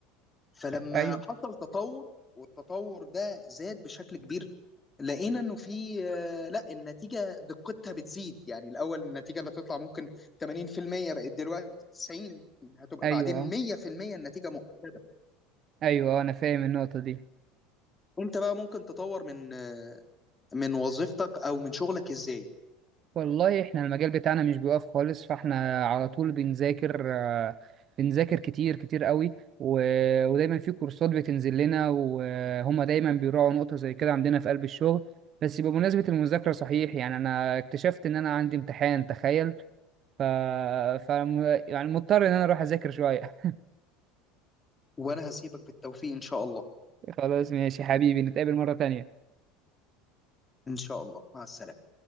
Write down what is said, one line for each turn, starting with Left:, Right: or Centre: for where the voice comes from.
Left: فلما
Right: ايوه
Left: حصل تطور والتطور ده زاد بشكل كبير لقينا انه في آه، لا النتيجه دقتها بتزيد يعني الاول النتيجه اللي هتطلع ممكن 80% بقت دلوقتي 90 هتبقى
Right: ايوه
Left: بعدين
Right: آه.
Left: 100% النتيجه مؤكده
Right: ايوه آه، انا فاهم النقطه دي
Left: انت بقى ممكن تطور من آه، من وظيفتك او من شغلك ازاي
Right: والله احنا المجال بتاعنا مش بيقف خالص فاحنا على طول بنذاكر آه، بنذاكر كتير كتير قوي و- ودايما في كورسات بتنزل لنا وهما دايما بيراعوا نقطه زي كده عندنا في قلب الشغل بس بمناسبه المذاكره صحيح يعني انا اكتشفت ان انا عندي امتحان تخيل ف... ف يعني مضطر ان انا اروح اذاكر شويه
Left: وانا هسيبك بالتوفيق ان شاء الله
Right: <laughs> خلاص ماشي حبيبي نتقابل مره تانية
Left: ان شاء الله مع السلامه